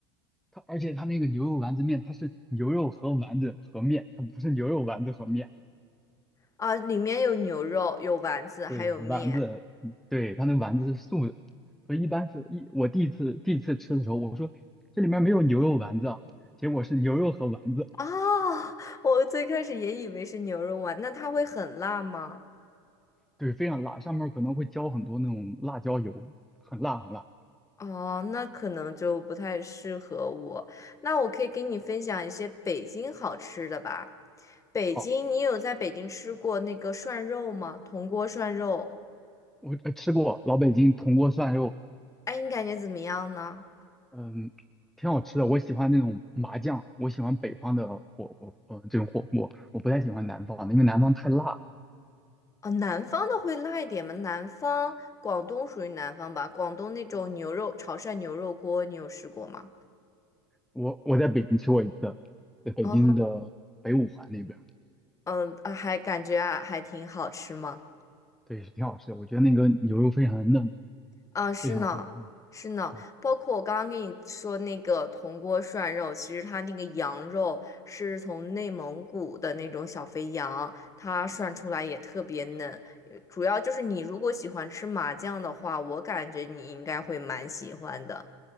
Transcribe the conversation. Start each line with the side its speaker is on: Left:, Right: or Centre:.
Centre: 它而且它那个牛肉丸子面，它是牛肉和丸子和面，它不是牛肉丸子和面。
Left: 啊，里面有牛肉，有丸子，还有面。
Centre: 对，丸子，嗯对，它那丸子是素的，所以一般是一我第一次第一次吃的时候，我说这里面没有牛肉丸子啊，结果是牛肉和丸子，
Left: 啊，我最开始也以为是牛肉丸，那它会很辣吗？
Centre: 对，非常辣，上面可能会浇很多那种辣椒油，很辣很辣。
Left: 哦，那可能就不太适合我。那我可以给你分享一些北京好吃的吧。北京，
Centre: 好，
Left: 你有在北京吃过那个涮肉吗？铜锅涮肉，
Centre: 我呃吃过老北京铜锅涮肉，
Left: 哎，你感觉怎么样呢？
Centre: 嗯，挺好吃的，我喜欢那种麻酱，我喜欢北方的火锅，嗯，这种火锅，我不太喜欢南方的，因为南方太辣。
Left: 哦，南方的会辣一点吗？南方，广东属于南方吧？广东那种牛肉，
Centre: 啊
Left: 潮汕牛肉锅，你有试过吗？
Centre: 我我在北京吃过一次，在北京的北五环那边。
Left: 嗯嗯，啊还感觉啊还挺好吃吗？
Centre: 对，是挺好吃的。我觉得那个牛肉非常的嫩，
Left: 啊，是呢，
Centre: 非常非常嫩。
Left: 是呢，
Centre: 对，
Left: 包括我刚刚跟你说那个铜锅涮肉，其实它那个羊肉是从内蒙古的那种小肥羊，它涮出来也特别嫩。主要就是你如果喜欢吃麻酱的话，我感觉你应该会蛮喜欢的。